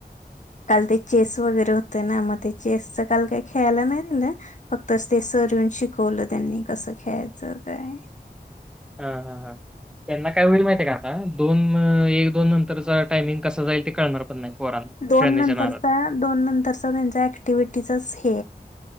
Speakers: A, on the left; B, in the centre.
A: काल चेस वगैरे होते ना मग ते चेसच काल काय खेळायला नाही दिलं फक्त ते सर शिकवलं त्यांनी कसं खेळायचं काय
B: हा हा हा त्यांना काय होईल माहितीय का आता दोन एक दोन नंतरचा टायमिंग कस जाईल ते कळणार पण नाही पोरांना
A: दोन
B: खेळण्याच्या
A: नंतरचा
B: नादात.
A: दोन नंतरचा त्यांचा ऍक्टिव्हटीचाच